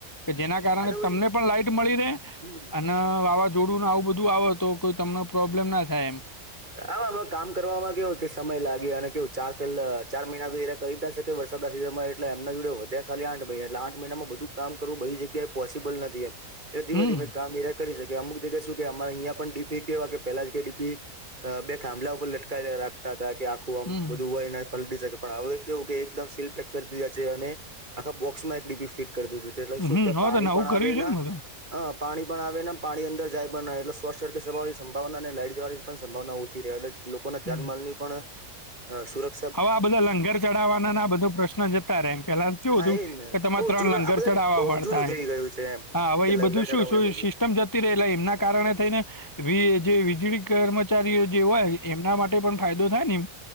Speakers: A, on the left; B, on the right.
A: કે જેના કારણે
B: આ તો ભાઈ
A: તમને પણ લાઈટ મળી રહે
B: હમ
A: અને વાવાઝોડું ને આવું બધું આવે તો કોઈ તમને પ્રોબ્લેમ ના થાય એમ
B: હામાં કામ કરવામાં કેવુંય કે સમય લાગે અને કેવું ચાર પલા ચાર મહિના તો એનો કહી દા શ કે વરસાદના સિઝનમાં એટ એમના જોડ વધ્યા ખાલી આઠ મહિના એટલે આઠ મહિનામાં બધું કામ કરું બધી જગ્યાએ પોસિબલ નથી એમ એટલે ધીમે
A: હમ
B: ધીમે કામ એજા કરી શકે અમુક જગ્યા શું કે અમારે અહીંયા પણ ડીપી કેવા કે પેલા જ કે ડીપી બે ખાભલા ઉપર લટકાવી રાખતા હતા કે આખું આમ
A: હમ
B: બધું હોય એને પલટી શકે. પણ હવે કેવું કે એકદમ સીલ પેક કરી દીધા છે અને આખા બોક્સમાં એક ડીપી ફીટ કરી દીધો છે. એટલે શું
A: હમ
B: ત્યાં
A: હવે
B: પાણી
A: તો નવું
B: પણ
A: કર્યું
B: આવે
A: છે
B: ના
A: ને બધું
B: હ પાણી પણ આવે નેમ પાણી અંદર જાય પણ એટલે શોર્ટ સર્કટ જવાની સંભાવના ન લાઈટ જવાની પણ સં ઓછી લોકોના જાનમાલની
A: હમ
B: પણ સુરત
A: હવે આ બધા લંગર ચડાવવાના ના બધો પ્રશ્ન જતા રહે એમ પેલા કેવુ
B: હા
A: હતું.
B: એજ ને
A: તમારે
B: બઉ
A: ત્રણ
B: જૂનું
A: લંગર
B: આ બધા
A: ચઢાવવા
B: બહુ
A: પડતા
B: જૂનું થઈ
A: એમ
B: ગયું છે એમ
A: હા હવે
B: કે
A: એ
B: લંગર
A: બધું
B: ચડાવું
A: શું શું
B: ને બધું
A: સિસ્ટમ જ રહેલા એમના કારણે થઈને વી જે વીજળી કર્મચારીઓ જે હોય એમના માટે પણ ફાયદો થાય નેમ